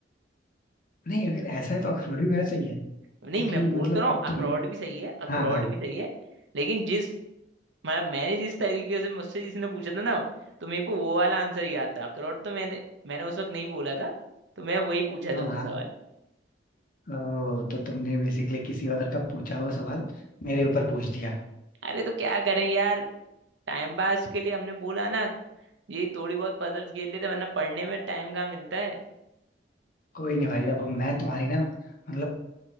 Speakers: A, on the left (about 50°); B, on the right (about 80°).
A: नहीं अगर ऐसा है तो अखरोट भी मेरा सही है
B: नहीं
A: क्योंकि
B: मैं बोल
A: मतलब
B: तो रहा हूँ
A: अब
B: अखरोट
A: तुम
B: भी सही है अखरोट
A: हाँ हाँ
B: भी सही है लेकिन जिस मतलब मैंने जिस तरीके से मुझसे जिसने पूछा था ना तो मेरे को वो वाला आंसर याद था अखरोट तो मैंने मैंने उस वक्त नहीं बोला था तो मैं वही पूछा
A: हाँ
B: तुमसे
A: हाँ
B: सवाल
A: ओ, तो तुमने बेसिकली किसी और का पूछा हुआ सवाल मेरे ऊपर पूछ दिया
B: अरे तो क्या करें यार टाइम पास के लिए हमने बोला ना ये थोड़ी बहुत पजल्स खेल लेते वरना पढ़ने में टाइम कहाँ मिलता है
A: कोई नहीं भाई अब मैं तुम्हारी ना मतलब